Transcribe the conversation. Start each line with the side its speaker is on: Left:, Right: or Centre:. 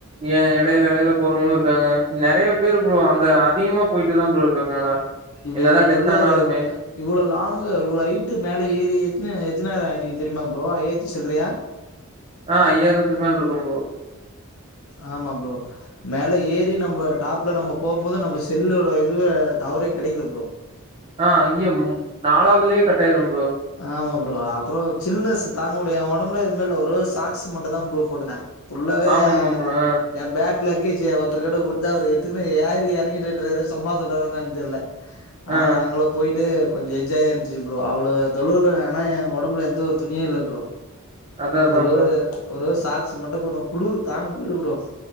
Right: ஏ எடையில எடையில போறவங்களு இருக்காங்க நெறய பேரு ப்ரோ அங்க அதிகமா போயிட்டு தா ப்ரோ இருக்காங்க ஆனா
Left: இப்ப
Right: என்னதா
Left: எனக்கு
Right: டெத்
Left: நல்லா
Right: ஆனாலுமே
Left: ஒரு இவ்ளோ லாங்குல இவ்ளோ ஹைட்டு மேல ஏறி எத்ன எத்னாயிரோஅடி தெரியுமா ப்ரோ ஐயாயிரத்தி சில்லறையா
Right: ஆ ஐயாயிரத்துக்கு மேல இருக்கு ப்ரோ
Left: ஆமா ப்ரோ மேல ஏறி நம்ம டாப்ல நம்ம போம் போது நம்ம செல்லோட இதுவே தவறி கெடைக்கல ப்ரோ
Right: ஆ அங்கியே நாலாவதுலயே கட்டாயிரு ப்ரோ
Left: ஆமா ப்ரோ அப்றோ சில்னஸ் தாங்க முடில ஒடம்புல எதுவுமே இல்ல ஒரு சாக்ஸ் மட்டு தா ப்ரோ போட்டு இருந்தே ஃபுல்லாவே
Right: ஆமா ஆமா ப்ரோ ஆ
Left: ஏ பேக் லக்கேஜ்ஜ ஒருத்தரு கிட்ட குடுத்தே அவரு எத்துக்குன்ன யார் இறங்கிட்டுன்ற சும்மா சொல்றானு கூட தெரில ஆனா
Right: ஆ
Left: நாங்கள போயிட்டு கொஞ்சோ என்ஜாயா இருந்துச்சு ப்ரோ அவ்ளோ தொழுவுல ஆனா ஏ ஒடம்புல எந்த ஒரு துணியு இல்ல ப்ரோ
Right: அதா அதா
Left: ஒரே
Right: ப்ரோ
Left: ஒரு ஒரே ஒரு சாக்ஸ் மட்டு போட்ணு குளிரு தாங்க முடில ப்ரோ